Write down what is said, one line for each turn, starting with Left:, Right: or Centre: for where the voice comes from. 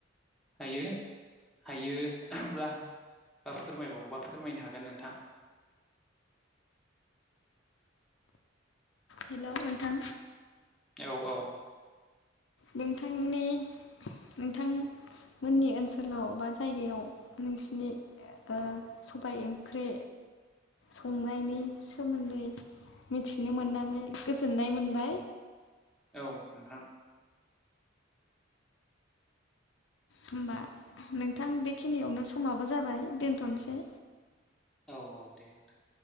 Centre: हायो हायो ब्ला बा फोरमायबावोबा फोरमायनो हागोन नोंथां।
Left: हेलौ नोंथां
Centre: औ औ
Left: नोंथांनि नोंथां मोननि ओनसोलाव बा जायगायाव नोंसिनि ओ सबाय ओंख्रि संनायनि सोमोन्दै मिथिनो मोननानै गोजोननाय मोनबाय।
Centre: औ नोंथां
Left: होमबा नोंथां बेखिनियावनो समाबो जाबाय दोनथ'नोसै।
Centre: औ औ दे नोंथां।